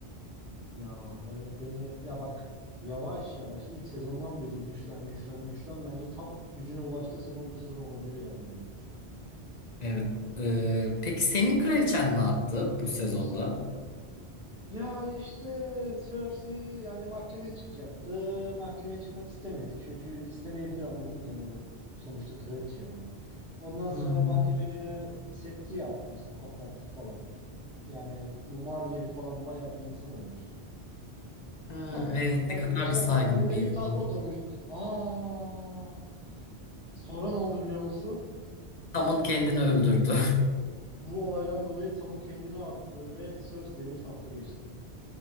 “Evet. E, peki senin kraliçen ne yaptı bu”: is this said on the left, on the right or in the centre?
Left